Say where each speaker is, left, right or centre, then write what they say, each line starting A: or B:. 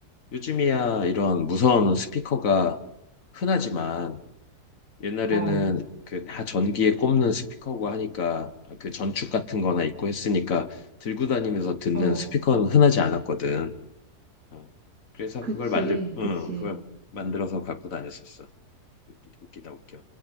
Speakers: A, on the left (about 60°); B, on the right (about 60°).
A: 요즘이야 이런 무선 스피커가 흔하지만 옛날에는
B: 어,
A: 그 다 전기에 꼽는 스피커고 하니까 그 전축 같은 거나 있고 했으니까 들고 다니면서 듣는
B: 어.
A: 스피커는 흔하지 않았거든 어. 그래서
B: 그치,
A: 그걸 만들, 응,
B: 그치.
A: 그걸 만들어서 갖고 다녔었어. 웃기, 웃기다 웃겨.